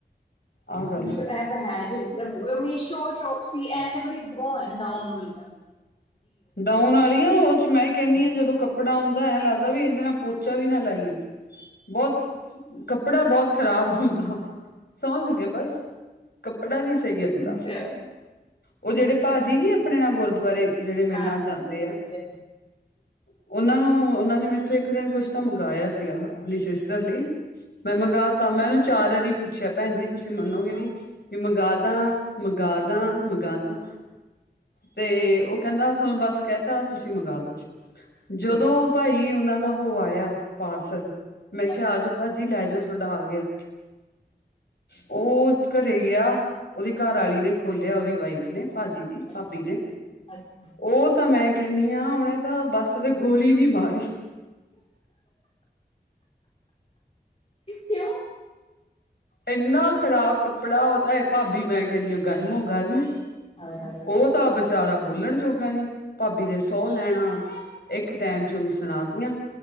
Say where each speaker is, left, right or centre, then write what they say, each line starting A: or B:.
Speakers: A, on the left (about 70°); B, on the left (about 35°).
A: ਆਹ ਗੱਲ
B: ਮਿਸ਼ੋ
A: ਆ
B: ਐਪ ਹੈ ਜਰੂਰ ਤਾਂ ਮੇਤੌਂ ਮੀਸ਼ੋ ਟੋਪ ਸੀ ਐ ਤੇ ਬੜੀ ਹੋਰ ਡਾਊਨ ਵਾਲੀ ਆ
A: ਡੋਊਨ ਆਲੀਆਂ ਉਹ ਮੈਂ ਕੇਨੀ ਆਂ ਜਦੋਂ ਕੱਪੜਾ ਆਉਂਦਾ ਐਂ ਲੱਗਦਾ ਵੀ ਇਹਦੇ ਨਾਲ ਪੋਚਾ ਵੀ ਨਾ ਲਾਈਏ ਬਹੁਤ ਕੱਪੜਾ ਬਹੁਤ ਖ਼ਰਾਬ ਹੁੰਦਾ ਵਾ ਸੌਂਹ ਲੱਗੇ ਬਸ ਕੱਪੜਾ ਨੀ ਸਹੀ ਆਂਦਾ।
B: ਅੱਛਾ।
A: ਉਹ ਜਿਹੜੇ ਭਾਜੀ ਨੀ ਆਪਨੇ ਨਾਲ ਗੁਰਦੁਆਰੇ ਜਿਹੜੇ ਮੇਰੇ
B: ਹਾਂ
A: ਨਾਲ ਜਾਂਦੇ
B: ਅੱਛਾ
A: ਆ ਉਹਨਾਂ ਨੂੰ ਉਹਨਾਂ ਨੇ ਮੇਰੇ ਤੋਂ ਇੱਕ ਦਿਨ ਕੁਛ ਤਾਂ ਮੰਗਵਾਇਆ ਸੀ ਗਾ ਆਪਣੀ ਸਿਸਟਰ ਲਈ ਮੈਂ
B: ਅੱਛਾ।
A: ਮੰਗਵਾ ਤਾ ਮੈਂ ਉਹਨੂੰ ਚਾਰ ਵਾਰੀ ਪੁੱਛਿਆ ਭੈਣ ਜੀ ਤੁਸੀਂ ਮੱਗੋ ਨੀ ਵੀ ਮੰਗਾਦਾ ਮੰਗਾਵਾਦਾ ਮੰਗਾਦਾ ਤੇ ਉਹ ਕਹਿੰਦਾ ਤੁਹਾਨੂੰ ਬਸ ਕਹਿ ਤਾਂ ਤੁਸੀਂ ਮੰਗਾ ਦੋ ਜਦੋਂ
B: ਠੀਕ
A: ਭਾਈ ਉਹਨਾਂ ਉਹ ਆਇਆ ਪਾਰਸਲ ਮੈਂ ਕਿਹਾ
B: ਅੱਛਾ
A: ਆਜੋ ਭਾਜੀ ਲੈ ਜਾਓ ਤੁਹਾਡਾ ਆ ਗਿਆ ਉਹ ਘਰੇ ਆ ਉਹਦੀ ਘਰ ਆਲੀ ਨੇ ਖੋਲਿਆ ਉਹਦੀ ਘਰਵਾਲੀ ਦੇ ਖੋਲਿਆ ਜੀ ਦੀ ਵਾਈਫ ਨੇ ਭਾਜੀ ਦੀ
B: ਅੱਛਾ
A: ਭਾਬੀ ਨੇ
B: ਅੱਛਾ।
A: ਉਹ ਤਾਂ ਮੈਂ ਕਹਿੰਨੀ ਆ ਉਹਨੇ ਤਾਂ ਬਸ ਉਹਦੇ ਗੋਲੀ ਨਹੀਂ ਮਾਰੀ
B: ਕਿਉਂ
A: ਇੰਨਾ ਖ਼ਰਾਬ ਕੱਪੜਾ ਉਹ ਤਾਂ ਹੈ ਭਾਬੀ ਮੈਂ ਕਹਦੀ ਆ ਗਰਮ ਗਰਮ
B: ਹਾਏ ਹਾਏ।
A: ਉਹ ਤਾਂ ਵਿਚਾਰਾ ਬੋਲਣ ਜੋਗਾ ਨੀ ਭਾਬੀ ਨੇ ਸੋ ਲੈਣਾ ਇੱਕ ਟਾਈਮਚ, ਉਹਨੂੰ ਸੁਣਾ ਤਿਆਂ